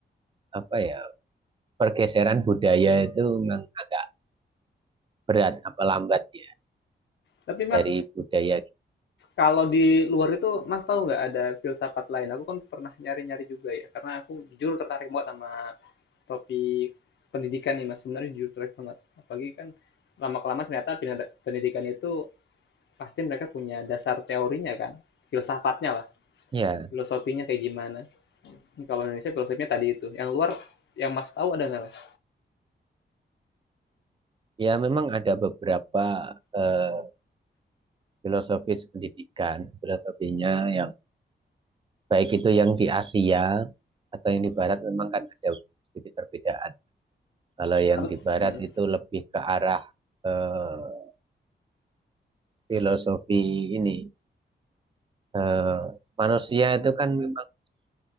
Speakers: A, on the right (about 25°); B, on the left (about 75°).
A: apa ya pergeseran budaya itu memang agak berat apa lambat ya
B: Tapi Mas,
A: dari budaya kita.
B: kalau di luar itu Mas tahu nggak ada filsafat lain? Aku kan pernah nyari-nyari juga ya, karena aku jujur tertarik banget sama topik pendidikan nih Mas. Sebenarnya jujur tertarik banget. Apalagi kan lama-kelamaan ternyata pendidikan itu pasti mereka punya dasar teorinya kan, filsafatnya
A: Ya,
B: Filosofinya kayak gimana? Kalau Indonesia filosofinya tadi itu. Yang luar, yang Mas tahu ada nggak, Mas?
A: ya memang ada beberapa eh, filosofis pendidikan filosofinya yang baik itu yang di Asia atau yang di Barat memang kan ada sedikit perbedaan. Kalau yang
B: Apa?
A: di Barat
B: Hmm.
A: itu lebih ke arah eh, filosofi ini eh, manusia itu kan memang